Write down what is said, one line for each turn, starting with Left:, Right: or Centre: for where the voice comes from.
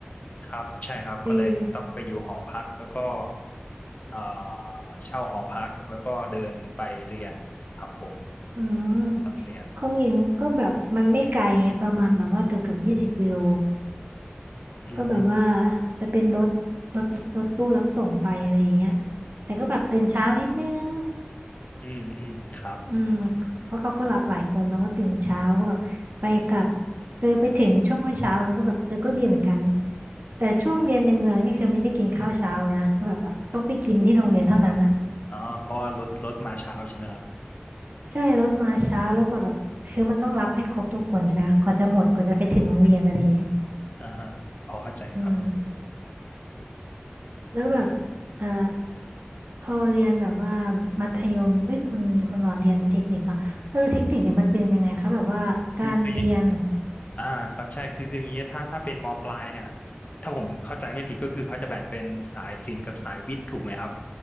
Left: ครับใช่ครับก็เลยต้องไปอยู่หอพักแล้วก็
Right: เออ
Left: เอ่อเช่าหอพักแล้วก็เดินไปเรียนครับผม
Right: อืม
Left: เรียน
Right: ของหญิงก็แบบมันไม่ไกลไงประมาณแบบว่าเกือบเกือบยี่สิบกิโล
Left: อือฮึ
Right: ก็แบบว่าจะเป็นรถรถรถตู้รับส่งไปอะไรอย่างเงี้ยแต่ก็แบบตื่นเช้านิดนึง
Left: อืมอืมครับ
Right: อืมเพราะเขาก็รับหลายคนเนาะก็ตื่นเช้าก็แบบไปกลับเออไปถึงช่วงเช้ามันก็แบบเออก็ดีเหมือนกันแต่ช่วงเรียนในเมืองนี่คือไม่ได้กินข้าวเช้าเลยนะก็แบบอะต้องไปกินที่โรงเรียนเท่านั้นอะ
Left: อ๋อเพราะว่ารถรถมาเช้าใช่ไหมครับ
Right: ใช่รถมาเช้าแล้วกว่าแบบคือมันต้องรับให้ครบทุกคนใช่ไหมคะกว่าจะหมดกว่าจะไปถึงโรงเรียนอะไรอย่างเงี้ย
Left: อ่าฮะพอเข้าใจครับ
Right: อืมแล้วแบบเอ่อพอเรียนแบบว่ามัธยมเอ้ยคุณคุณหลอนเรียนเทคนิคเนาะเออเทคนิคเนี่ยมันเป็นยังไงคะแบบว่าการเรียนเหรอ
Left: คือคือ อ่าครับใช่คือคืออย่างนี้ถ้าถ้าเป็นมปลายเนี่ยถ้าผมเข้าใจไม่ผิดก็คือเขาจะแบ่งเป็นสายศิลป์กับสายวิทย์ถูกไหมครับ